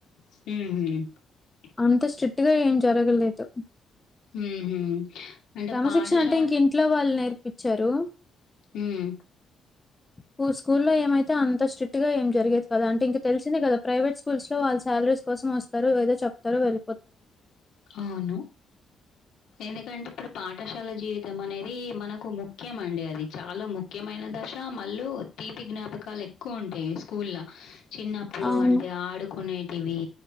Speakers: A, on the left (about 75°); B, on the left (about 15°).
A: ఉహు
B: అంత స్ట్రిక్ట్ గా ఏం జరగలేదు
A: హుహు. అంటే
B: క్రమశిక్షణ
A: పాఠశా
B: అంటే ఇంక‌ ఇంట్లో వాళ్ళు నేర్పించారు.
A: హ్మ్.
B: కు స్కూల్లో ఏమైతే అంత స్ట్రిక్ట్ గా ఏం జరిగేది. కదా అంటే ఇంక తెలిసిందే కదా ప్రైవేట్ స్కూల్స్ లో వాళ్ళ శాలరీ కోసం వస్తారు. ఏదో చెప్తారో వెళ్
A: అవును ఎందుకంటే ఇప్పుడు పాఠశాల జీవితం అనేది మనకు ముఖ్యం అండి అది చాలా ముఖ్యమైన దశ మళ్ళు తీపి జ్ఞాపకాలు ఎక్కువ ఉంటాయి స్కూల్ ల చిన్నప్పుడు
B: అవును
A: అంటే ఆడుకునేటివి